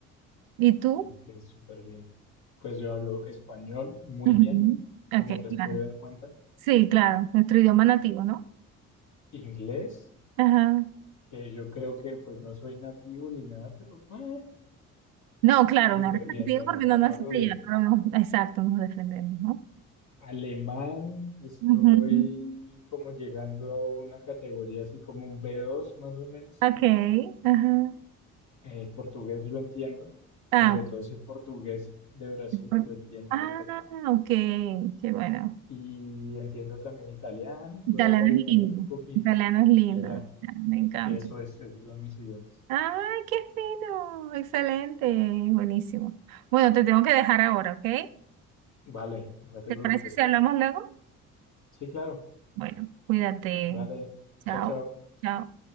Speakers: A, on the right; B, on the left.
A: ¿Y tú?
B: Ok, súper bien. Pues yo hablo español muy
A: Ujú.
B: bien,
A: Ok,
B: como te has
A: claro.
B: podido dar cuenta.
A: Sí, claro, nuestro idioma nativo, ¿no?
B: Inglés,
A: Ajá.
B: que yo creo que pues no soy nativo ni nada, pero... bueno,
A: No, claro,
B: Súper
A: no eres nativo
B: bien también,
A: porque no naciste
B: hablo bien.
A: allá, pero no, exacto, nos defendemos, ¿no?
B: Alemán, estoy
A: Ujú.
B: como llegando a una categoría así como un B2 más o menos.
A: Ok, ajá.
B: Eh, portugués lo entiendo, sobre
A: Ah,
B: todo si es portugués de Brasil,
A: por-
B: lo entiendo
A: ah,
B: perfecto.
A: ok, qué bueno.
B: Y entiendo también italiano,
A: Italiano
B: puedo hablar italiano
A: es lindo,
B: un poquito.
A: italiano es lindo,
B: Y ya,
A: me encanta.
B: eso es, esos son mis idiomas.
A: ¡Ay, qué fino! Excelente, buenísimo. Bueno, te tengo que dejar ahora, ¿ok?
B: Vale, no te
A: ¿Te
B: preocupes.
A: parece si hablamos luego?
B: Sí, claro,
A: Bueno, cuídate.
B: vale.
A: Chao.
B: Chao, chao.
A: Chao.